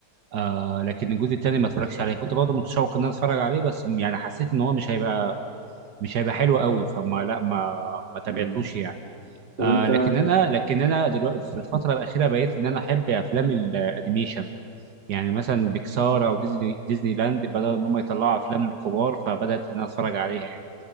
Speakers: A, on the right; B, on the right.
A: آه لكن الجزء التاني ما اتفرجش عليه كنت برضه متشوق ان انا اتفرج عليه بس يعني حسيت ان هو مش هيبقى مش هيبقى حلو قوي فما لا ما ما تابعتوش
B: مم.
A: يعني
B: طب
A: آه
B: انت
A: لكن انا لكن انا دلوقتي في الفتره الاخيره بقيت ان انا احب افلام الانيميشن يعني مثلا بيكسار او ديزني ديزني لاند بدأوا ان هم يطلعوا افلام للكبار فبدأت ان انا اتفرج عليها يعني